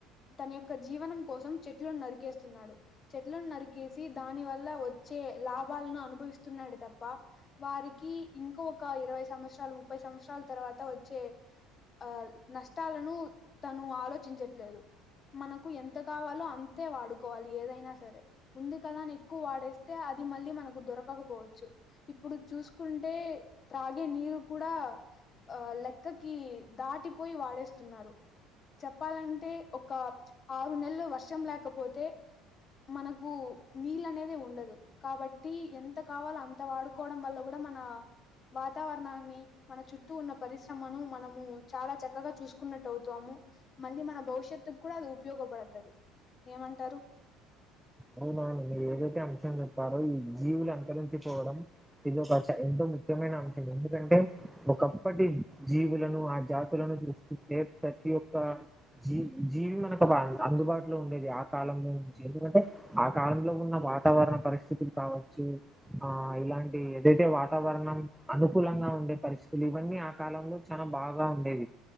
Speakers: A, on the left; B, in the centre.
A: తన యొక్క జీవనం కోసం చెట్లను నరికేస్తున్నాడు చెట్లను నరికేసి దాని వల్ల వచ్చే లాభాలను అనుభవిస్తున్నాడు తప్ప వారికి ఇంకో ఒక ఇరవై సంవత్సరాలు ముప్పై సంవత్సరాల తర్వాత వచ్చే ఆ నష్టాలను తను ఆలోచించట్లేదు మనకు ఎంత కావాలో అంతే వాడుకోవాలి ఏదైనా సరే ఉంది కదా అని ఎక్కువ వాడేస్తే అది మళ్ళీ మనకు దొరకకపోవచ్చు. ఇప్పుడు చూసుకుంటే త్రాగే నీరు కూడా ఆ లెక్కకి దాటి పోయి వాడేస్తున్నారు
B: <inaudible>
A: చెప్పాలంటే ఒక ఆరు నెలలు వర్షం లేకపోతే మనకు నీళ్ళ అనేదే ఉండదు కాబట్టి ఎంత కావాలో అంత వాడు కోవడం వల్ల కూడా మన వాతావరణాన్ని మన చుట్టూ ఉన్న పరిశ్రమను మనము చాలా చక్కగా చూసుకున్నట్టు అవుతాము. మళ్ళీ మన భవిష్యత్తుకు కూడా అది ఉపయోగపడుతది ఏమంటారు.
B: అవునా ఏదైతే అంశం వారు ఈ జీవులు అంతరించిపోవడం ఇది ఒక ఎంతో ముఖ్యమైన అంశం ఎందుకంటే ఒకప్పటి జీవులను ఆ జాతులను చూసుకుంటే ప్రతి ఒక్క జీ జీవి మనకు అందుబాటులో ఉండేది ఆ కాలంలోంచి ఎందుకంటే ఆ కాలంలో ఉన్న వాతావరణ పరిస్థితులు కావచ్చు ఆ ఇలాంటి ఏదైతే వాతావరణం. మనం అనుకూలంగా ఉండే పరిస్థితులు ఇవన్నీ ఆ కాలంలో చాలా బాగా ఉండేవి